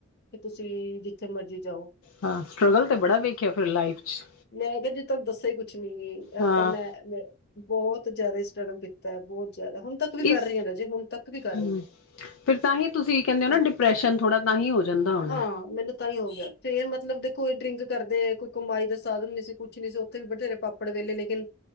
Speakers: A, on the left; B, on the left.
A: ਕਿ ਤੁਸੀਂ ਜਿੱਥੇ ਮਰਜ਼ੀ ਜਾਓ।
B: ਹਾਂ ਸਟਰਗਲ ਤੇ ਬੜਾ ਵੇਖਿਆ ਫਿਰ ਲਾਈਫ 'ਚ
A: ਮੈਂ ਕਿਹਾ, ਤੁਹਾਨੂੰ ਦੱਸਿਆ ਕੁਝ ਨਹੀਂ ਗੱਲ
B: ਹਾਂ
A: ਤਾਂ ਮੈਂ ਮੈਂ ਬਹੁਤ ਜ਼ਿਆਦਾ ਸਟਰੱਗਲ ਕੀਤੀ। ਤਾਂ ਬਹੁਤ ਜ਼ਿਆਦਾ, ਹੁਣ ਤੱਕ ਵੀ
B: ਇਸ
A: ਕਰ ਰਹੀ ਹਾਂ। ਰਾਜੇ, ਹੁਣ ਤੱਕ ਵੀ ਕਰ
B: ਹੂੰ
A: ਰਹੀ।
B: ਫਿਰ ਤਾਂ ਹੀ ਤੁਸੀਂ ਕਹਿੰਦੇ ਹੋ ਨਾ,
A: ਹਾਂ
B: ਡਿਪਰੈਸ਼ਨ ਥੋੜ੍ਹਾ ਤਾਂ ਹੋ ਹੀ ਜਾਂਦਾ ਹੋਨਾ।
A: ਹਾਂ ਮੈਨੂੰ ਤਾਂ ਹੀ ਹੋ ਗਿਆ ਫੇਰ ਮਤਲਬ ਦੇਖੋ, ਡਰਿੰਕ ਕਰਦੇ। ਕੋਈ ਕਮਾਈ ਦਾ ਸਾਧਨ ਨਹੀਂ ਸੀ, ਕੁਝ ਵੀ ਨਹੀਂ ਸੀ। ਉੱਥੇ ਵੀ ਬਥੇਰੇ ਪਾਪੜ ਵੇਲੇ, ਲੇਕਿਨ